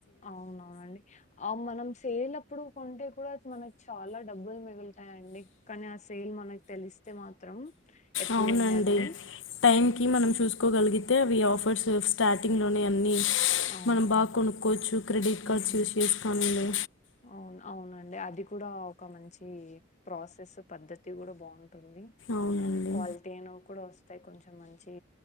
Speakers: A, on the left (about 35°); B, on the left (about 65°).
A: అవునవునండి అ మనం సేలప్పుడు కొంటే కూడా అ మనకి చాలా డబ్బులు మిగులుతాయండి కానీ ఆ సేల్ మనకు తెలిస్తే మాత్రం ఎప్పుడుందని
B: అవునండి టైం కి మనం చూసుకోగలిగి తే అవి ఆఫర్స్ స్టార్టింగ్ లోనే అన్ని
A: అవునవును.
B: మనం బాగా కొనుక్కోవచ్చు క్రెడిట్
A: హుహు.
B: కార్డ్స్ యూస్ చేసుకోమనిందె
A: అవును అవునండి అది కూడా ఒక మంచి ప్రాసెస్ పద్ధతి కూడా బాగుం టుంది
B: అవునండి
A: క్వాలిటీ అయిన కూడా వస్తు ఉంటాయి కొంచెం మంచి